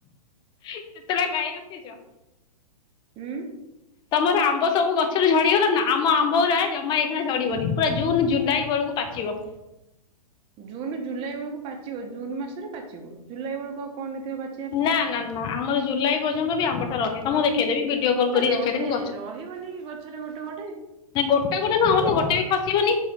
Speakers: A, on the left; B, on the right.
A: ଉଁ କେତଟା ଗାଈ ରଖିଚ?
B: ଉଁ।
A: ତମର ଆମ୍ବ ସବୁ ଗଛରୁ ଝଡିଗଲା ନା ଆମ ଆମ୍ବା ଜମା ଏଇଖାନା ଝଡିବନି ପୁରା ଜୁନ ଜୁଲାଇ ବେଳକୁ ପାଚିବ।
B: ଜୁନ୍‌ ଜୁଲାଇ ବେଳକୁ ପାଚିବ ଜୁନ ମାସରେ ପାଚିବ, ଜୁଲାଇ ବେଳକୁ ଆଉ କଣ ଥିବ ପାଚି
A: ନାଁ ନାଁ ନା ଆମର ଜୁଲାଇ ପର୍ଯ୍ୟନ୍ତ ବି ଆମ୍ବ ଟା ରହେ ତମକୁ ଦେଖେଇଦେବି ଭିଡିଓ କଲ୍
B: ଏଁ
A: କରି
B: ରହେ
A: ଦେଖେଇଦେବି
B: ରହିବନି କି ଗଛରେ ଗୋଟେ ଗୋଟେ।
A: ନାଁ ଗୋଟା ଗୋଟା ନୁହଁ ଆମର ତ ଗୋଟେ ବି ଖସିବନି